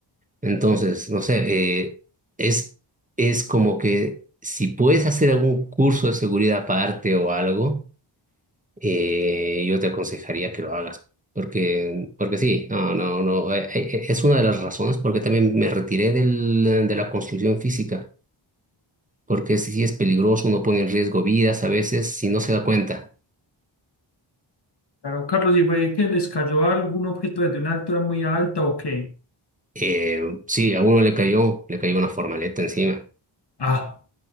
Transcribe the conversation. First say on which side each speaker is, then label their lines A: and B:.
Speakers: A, on the right (about 15°); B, on the left (about 55°).
A: Entonces, no sé, eh, es, es como que si puedes hacer algún curso de seguridad aparte o algo, eh, yo te aconsejaría que lo hagas. Porque, porque sí, no, no, no, eh, eh, es una de las razones porque también me retiré del, de la construcción física, porque si es peligroso, uno pone en riesgo vidas a veces si no se da cuenta.
B: Claro, Carlos, ¿y fue que les cayó algún objeto desde una altura muy alta o qué?
A: Eh, sí, a uno le cayó, le cayó una formaleta encima.
B: Ah.